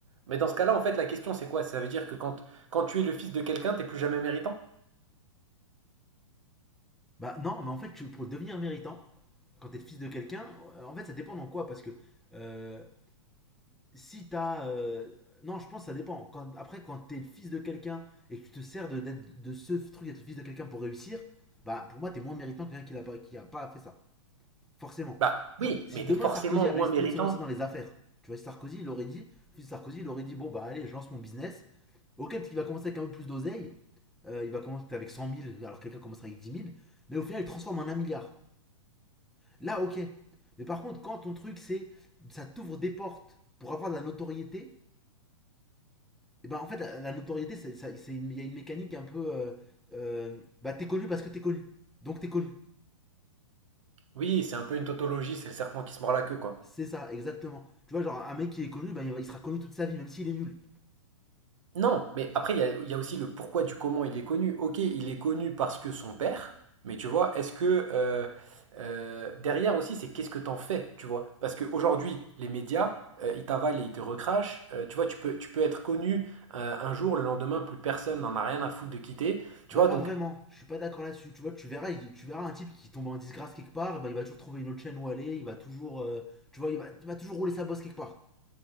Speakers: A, on the right; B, in the centre.
A: Mais dans ce cas-là, en fait, la question, c'est quoi? Ça veut dire que quand, quand tu es le fils de quelqu'un, t'es plus jamais méritant?
B: Bah non, mais en fait, pour devenir méritant, quand t'es le fils de quelqu'un, euh, en fait, ça dépend dans quoi. Parce que euh, si t'as. euh, non, je pense que ça dépend. Quand, après, quand t'es le fils de quelqu'un et que tu te sers de, d'être- de ce truc d'être le fils de quelqu'un pour réussir, bah pour moi, t'es moins méritant que quelqu'un qui, n'a pas- qui a pas fait ça. Forcément.
A: Bah oui,
B: Tu vois, si
A: mais
B: demain
A: t'es forcément
B: Sarkozy avait
A: moins
B: décidé
A: méritant.
B: de se lancer dans les affaires, tu vois, si Sarkozy, il aurait dit, si Sarkozy, il aurait dit, bon, bah allez, je lance mon business. Ok, peut-être qu'il va commencer avec un peu plus d'oseille. Euh, il va commencer avec 100 000, alors quelqu'un commencera avec 10 000. Mais au final, il transforme en un milliard. Là, ok. Mais par contre, quand ton truc, c'est, ça t'ouvre des portes pour avoir de la notoriété, et ben en fait, la, la notoriété, c'est, il y a une mécanique un peu, euh, euh, bah t'es connu parce que t'es connu. Donc t'es connu.
A: Oui, c'est un peu une tautologie, c'est le serpent qui se mord la queue, quoi.
B: C'est ça, exactement. Tu vois, genre un mec qui est connu, ben, il il sera connu toute sa vie, même s'il est nul.
A: Non, mais après, il y a, il y a aussi le pourquoi du comment il est connu. Ok, il est connu parce que son père, mais tu vois, est-ce que euh, euh, derrière aussi, c'est qu'est-ce que t'en fais, tu vois? Parce qu'aujourd'hui, les médias, euh, ils t'avalent et ils te recrachent. Euh, tu vois, tu peux, tu peux être connu euh, un jour, le lendemain, plus personne n'en a rien à foutre de quitter. Tu
B: Bah
A: vois,
B: pas
A: donc
B: vraiment, je suis pas d'accord là-dessus. Tu vois, tu verras, tu verras un type qui tombe en disgrâce quelque part, bah, il va toujours trouver une autre chaîne où aller, il va toujours, euh, tu vois, il va, il va toujours rouler sa bosse quelque part.